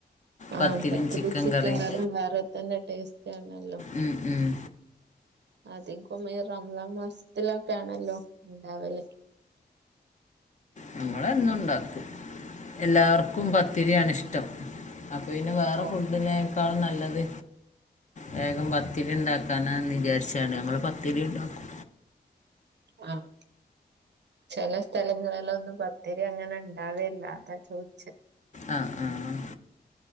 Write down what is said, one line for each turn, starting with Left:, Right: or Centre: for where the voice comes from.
Right: ആഹ്
Left: പത്തിരിയും
Right: പത്തിരിം ചിക്കൻ
Left: കറിയും
Right: കറിം വേറെ തന്നെ ടേസ്റ്റാണല്ലോ.
Left: ഉം, ഉം.
Right: അധികുമെ റമളാൻ മാസത്തിലൊക്കാണല്ലോ ഉണ്ടാവല്.
Left: നമ്മളെന്നുണ്ടാക്കും എല്ലാവർക്കും പത്തിരിയാണെ ഇഷ്ടം. അപ്പ പിന്നെ വേറെ
Right: ഓ
Left: ഫുഡിനേക്കാളും നല്ലത് വേഗം പത്തിരി ഇണ്ടാക്കാനാന്ന് വിചാരിച്ചണ് നമ്മള് പത്തിരിണ്ടാക്കും.
Right: ആഹ് ചെല സ്ഥലങ്ങളിലൊന്നും പത്തിരി അങ്ങനെ ഇണ്ടാവെ ഇല്ല. അതാ ചോദിച്ചെ.
Left: ആഹ് ആഹ് ആഹ്